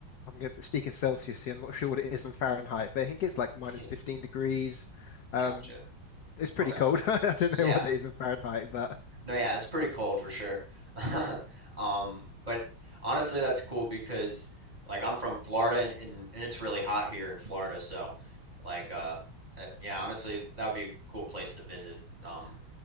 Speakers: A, on the left; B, on the right.
A: I'm going to speak in Celsius here. I'm not sure what it is in Fahrenheit, but I think it's like minus
B: Yeah,
A: 15 degrees. Um,
B: gotcha.
A: it's pretty
B: Okay.
A: cold. <laughs> I don't
B: Yeah.
A: know what it is in Fahrenheit, but
B: No, yeah, it's pretty cold for sure. <laughs> Um, but honestly that's cool because like I'm from Florida and, and, and it's really hot here in Florida, so like uh uh, yeah, honestly that would be a cool place to visit um